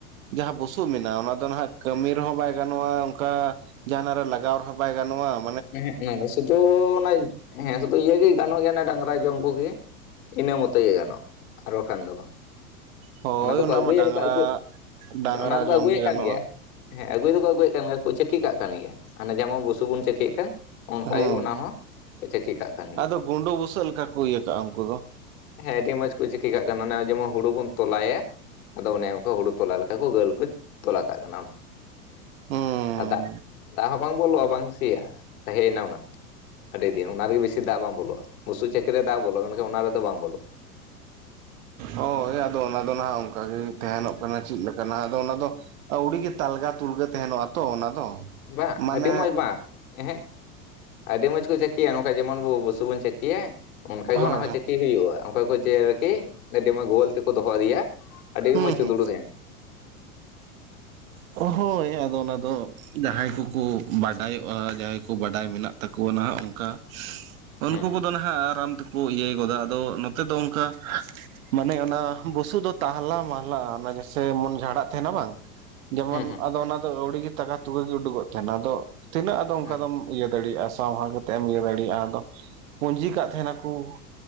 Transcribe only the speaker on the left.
ᱮᱦᱮᱸᱜ ᱚᱱᱟ ᱫᱚ, ᱥᱩᱫᱷᱩ ᱚᱱᱟ ᱦᱮᱸ ᱥᱩᱫᱷᱩ ᱤᱭᱟᱹᱜᱮ ᱜᱟᱱᱚᱜ ᱜᱮᱭᱟ ᱰᱟᱝᱨᱟ ᱡᱚᱢ ᱠᱚᱜᱮ᱾ ᱤᱱᱟᱹ ᱢᱚᱛᱚ ᱜᱮ ᱜᱟᱱᱚᱜ ᱟᱨ ᱵᱟᱠᱷᱟᱱ ᱫᱚ ᱵᱟᱝ᱾
ᱚᱱᱟ ᱫᱚᱠᱚ ᱟᱹᱜᱩᱭᱮᱫ
ᱞᱮᱠᱟ ᱟᱹᱜᱩ,
ᱚᱱᱟ ᱫᱚᱠᱚ
ᱟᱹᱜᱩᱭᱮᱫ
ᱠᱟᱱ ᱜᱮᱭᱟ᱾ ᱦᱮᱸ ᱟᱹᱜᱩ ᱫᱚᱠᱚ ᱟᱹᱜᱩᱭᱮᱜ ᱠᱟᱱ ᱜᱮᱭᱟ, ᱟᱨ ᱠᱚ ᱪᱟᱹᱠᱤ ᱠᱟᱜ ᱠᱟᱱ ᱜᱮᱭᱟ ᱦᱟᱱᱮ ᱡᱮᱢᱚᱱ ᱵᱩᱥᱩᱵ ᱵᱚᱱ ᱪᱟᱹᱠᱤᱭᱮᱫ ᱠᱟᱱ᱾ ᱚᱱᱠᱟ
ᱜᱮ ᱚᱱᱟ ᱦᱚᱸ ᱠᱚ ᱪᱟᱹᱠᱤ ᱠᱟᱜ ᱠᱟᱱ
ᱜᱮᱭᱟ᱾
ᱦᱮᱸ ᱟᱹᱰᱤ ᱢᱚᱸᱡᱽ ᱠᱚ ᱪᱟᱹᱠᱤ ᱠᱟᱜ ᱠᱟᱱᱟ ᱚᱱᱮ ᱡᱮᱢᱚᱱ ᱦᱩᱲᱩ ᱵᱚᱱ ᱛᱚᱞᱟᱭᱟ᱾ ᱟᱫᱚ ᱚᱱᱮ ᱚᱱᱠᱟ ᱦᱩᱲᱩ ᱛᱚᱞᱟ ᱞᱮᱠᱟ ᱠᱚ ᱜᱟᱹᱞ ᱠᱚ ᱛᱚᱞᱟ ᱠᱟᱜ ᱠᱟᱱᱟ ᱚᱱᱟ᱾
ᱟᱨ ᱫᱟᱜ, ᱫᱟᱜ ᱦᱚᱸ ᱵᱟᱝ ᱵᱚᱞᱚᱜᱼᱟ ᱵᱟᱝ ᱥᱮᱭᱟᱜ-ᱟ ᱛᱟᱦᱮᱸᱭᱮᱱᱟ ᱚᱱᱟ᱾ ᱟᱹᱰᱤ ᱫᱤᱱ, ᱚᱱᱟ ᱨᱮᱜᱮ ᱵᱤᱥᱤ ᱫᱟᱜ ᱵᱟᱝ ᱵᱚᱞᱚᱜᱼᱟ ᱵᱩᱥᱩ ᱪᱟᱹᱠᱤ ᱨᱮ ᱫᱟᱜ ᱵᱚᱞᱚᱜ-ᱟ ᱢᱮᱱᱠᱷᱟᱱ ᱚᱱᱟ ᱨᱮᱫᱚ ᱵᱟᱝ ᱵᱚᱞᱚᱜ-ᱟ᱾
ᱵᱟᱝ
ᱟᱹᱰᱤ ᱢᱚᱸᱡᱽ ᱵᱟᱝ᱾ ᱮᱦᱮᱸᱜ ᱟᱹᱰᱤ ᱢᱚᱡᱽ ᱠᱚ ᱪᱟᱹᱠᱤᱭᱟ ᱱᱚᱝᱠᱟ ᱡᱮᱢᱚᱱ ᱵᱚ ᱵᱩᱥᱩᱵ ᱵᱚᱱ ᱪᱟᱹᱠᱤᱭᱟ᱾ ᱚᱱᱠᱟ ᱜᱮ
ᱚᱱᱟ ᱦᱚᱸ
ᱪᱟᱹᱠᱤ ᱦᱩᱭᱩᱜ-ᱟ ᱚᱱᱠᱟ ᱠᱚ ᱡᱮ ᱟᱨᱠᱤ ᱟᱹᱰᱤ ᱢᱚᱸᱡᱽ ᱜᱳᱞ ᱛᱮᱠᱚ ᱫᱚᱦᱚ ᱤᱫᱤᱭᱟ᱾ ᱟᱹᱰᱤ
ᱜᱮ ᱢᱚᱸᱡᱽ ᱪᱩᱸᱫᱩᱲ
<unintelligible>
ᱦᱩᱸ
ᱦᱩᱸ ᱦᱩᱸ ᱦᱩᱸ
ᱦᱮᱸ